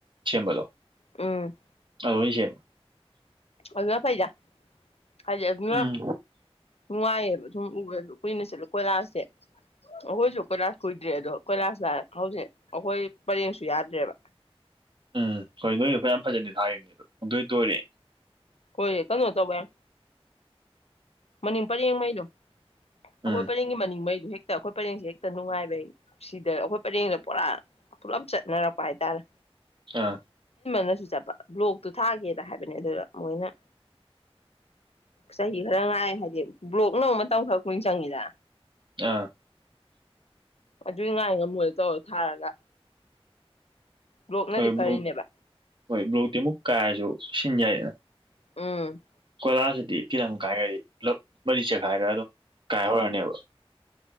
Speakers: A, on the right (about 50°); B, on the left (about 80°).
A: ꯁꯦꯝꯕꯗꯣ
B: ꯎꯝ
A: ꯑꯁꯦ
B: ꯑꯣ ꯐꯩꯖ ꯍꯥꯏꯗꯤ ꯑꯗꯨꯅ
A: ꯎꯝ
B: ꯅꯨꯡꯉꯥꯏꯌꯦꯕ ꯁꯨꯝ ꯎꯕꯁꯨ ꯀꯨꯏꯅ ꯆꯠꯂꯦ ꯀꯣꯏꯂꯥꯁꯁꯦ ꯑꯩꯈꯣꯏꯁꯨ ꯀꯣꯏꯂꯥꯁ ꯀꯨꯏꯗ꯭ꯔꯦ ꯑꯗꯣ ꯀꯣꯏꯂꯥꯁꯅ ꯍꯧꯖꯤꯛ ꯑꯩꯈꯣꯏ ꯄꯔꯦꯡꯁꯨ ꯌꯥꯗ꯭ꯔꯦꯕ
A: ꯎꯝ ꯍꯣꯏ ꯅꯣꯏꯅꯄꯥꯣꯏ ꯌꯥꯝ ꯐꯖꯅꯤ ꯊꯥꯔꯤꯕꯅꯤ ꯑꯗꯣ ꯄꯨꯡꯗꯣꯏ ꯇꯣꯏꯔꯦ
B: ꯀꯣꯏ ꯀꯩꯅꯣ ꯇꯥꯏ ꯃꯅꯤꯡ ꯄꯔꯦꯡꯉꯩꯅꯣ ꯑꯩꯈꯣꯏ
A: ꯎꯝ
B: ꯄꯅꯤꯡꯒꯤ ꯃꯅꯤꯡꯉꯩꯗꯨꯣ ꯍꯦꯛ ꯍꯦꯛꯇ ꯑꯩꯈꯣꯏ ꯄꯔꯦꯡꯁꯦ ꯍꯦꯛꯇ ꯅꯨꯡꯉꯥꯏꯕꯩ ꯁꯤꯗ ꯑꯩꯈꯣꯏ ꯄꯔꯦꯡꯗ ꯄꯨꯔꯥ ꯄꯨꯂꯞ ꯆꯠꯅꯔꯛꯄ ꯍꯥꯏꯇꯥꯔꯦ
A: ꯑꯥ
B: ꯅꯁꯨ ꯆꯠꯄ ꯕ꯭ꯂꯣꯛꯇꯨ ꯊꯥꯒꯦꯅ ꯍꯥꯏꯕꯅꯦ ꯑꯗꯨꯗ ꯃꯣꯏꯅ ꯆꯍꯤ ꯈꯔ ꯉꯥꯏ ꯍꯥꯏꯗꯤ ꯕ꯭ꯂꯣꯛꯅ ꯃꯇꯝ ꯈꯔ ꯀꯨꯏꯅ ꯆꯪꯉꯤꯗ
A: ꯑꯥ
B: ꯑꯗꯨꯏ ꯉꯥꯏ ꯉꯝꯃꯣꯏꯅ ꯇꯧꯔꯣ ꯊꯥꯔꯒ ꯕ꯭ꯂꯣꯛꯅꯗꯤ
A: ꯍꯣꯏ
B: ꯐꯔꯤꯅꯦꯕ
A: ꯭ꯔ ꯍꯣꯏ ꯭ꯔꯨꯇꯃꯨꯛ ꯀꯌꯥꯁꯨ ꯁꯤꯟꯖꯥꯏꯗ
B: ꯎꯝ
A: ꯀꯣꯂꯥꯁꯤꯗꯤ ꯈꯤꯇꯪ ꯀꯥꯏꯈ꯭ꯔꯗꯤ ꯄꯨꯞ ꯃꯔꯤ ꯆꯦꯈꯥꯏꯔꯒ ꯑꯗꯨꯝ ꯀꯥꯏꯍꯧꯔꯅꯦꯕ